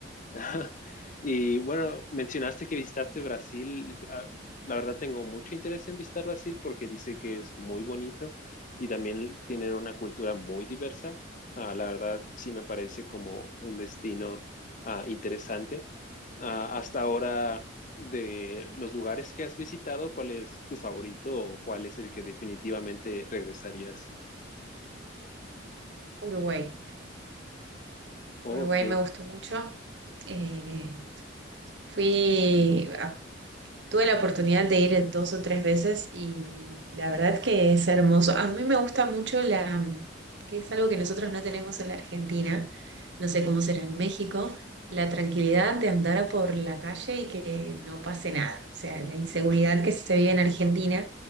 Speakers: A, on the left; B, on the right.
A: <laughs> Y bueno, mencionaste que visitaste Brasil. Yo, ah, La verdad tengo mucho interés en visitar Brasil porque dice que es muy bonito y también tienen una cultura muy diversa. Ah, la verdad sí me parece como un destino ah, interesante. Ah, hasta ahora, de los lugares que has visitado, ¿cuál es tu favorito o cuál es el que definitivamente regresarías?
B: Uruguay.
A: Oh,
B: Uruguay
A: Ok.
B: me gustó mucho. Eh, fui, a- tuve la oportunidad de ir dos o tres veces y la verdad que es hermoso. A mí me gusta mucho la, mm, que es algo que nosotros no tenemos en la Argentina, no sé cómo será en México, la tranquilidad de andar por la calle y que no pase nada. O sea, la inseguridad que se vive en Argentina